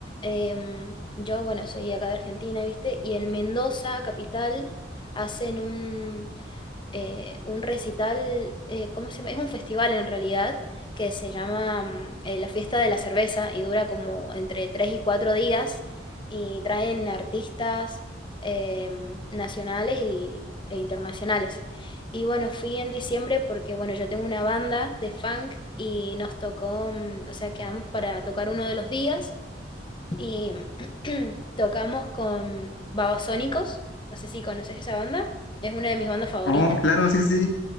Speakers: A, on the left; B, on the left.
A: em, yo, bueno, soy acá de Argentina, ¿viste? Y en Mendoza, capital, hacen un, eh, un recital, eh, ¿cómo se llama? Es un festival en realidad que se llama mm, eh, La Fiesta de la Cerveza y dura como entre tres y cuatro días y traen artistas em, nacionales y, e internacionales. Y bueno, fui en diciembre porque, bueno, yo tengo una banda de funk y nos tocó, mm, o sea, quedamos para tocar uno de los días y <clears throat> tocamos con Babasónicos, no sé si conoces esa banda, es una de mis bandas favoritas.
B: Oh, claro, sí, sí. sí.